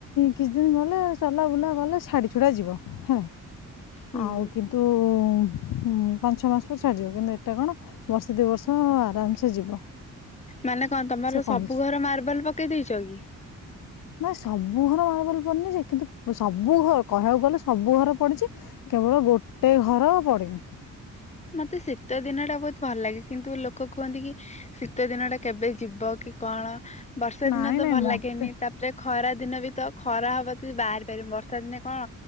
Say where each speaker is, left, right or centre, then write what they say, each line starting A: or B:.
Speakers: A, on the left; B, on the left.
A: କିଛି ଦିନ ଗଲେ ଚଲା ବୁଲା କଲେ ଛାଡି ଛୁଡା ଯିବ ହେଲା।
B: ହୁଁ
A: ଆଉ କିନ୍ତୁ ହଁ ପାଞ୍ଚଛଅ ମାସ ପରେ ଛାଡିଯିବ କିନ୍ତୁ ଏଟା କଣ ବର୍ଷେ ଦି ବର୍ଷ ଆରାମ୍ ସେ ଯିବ।
B: ମାନେ କଣ ତମର
A: ସେ
B: ସବୁ
A: କହିଛି
B: ଘର ମାର୍ବଲ ପକେଇ ଦେଇଚ କି?
A: ନାଇଁ ସବୁ ଘର ମାର୍ବଲ ପଡ଼ିନି ଯେ କିନ୍ତୁ ସବୁ ଘର କହିବାକୁ ଗଲେ ସବୁ ଘର ପଡ଼ିଚି କେବଳ ଗୋଟେ ଘର ପଡ଼ିନି।
B: ମୋତେ ଶୀତ ଦିନଟା ବହୁତୁ ଭଲ ଲାଗେ କିନ୍ତୁ ଲୋକ କୁହନ୍ତି କି ଶୀତ ଦିନଟା କେବେ ଯିବ କି କଣ ବର୍ଷା
A: ନାଇଁ
B: ଦିନ ତ
A: ନାଇଁ
B: ଭଲ
A: ମତେ
B: ଲାଗେନି ତାପରେ ଖରା ଦିନ ବି ତ ଖରା ହବ ତ ବାହାରି ପାରିବୁନି ବର୍ଷା ଦିନେ କଣ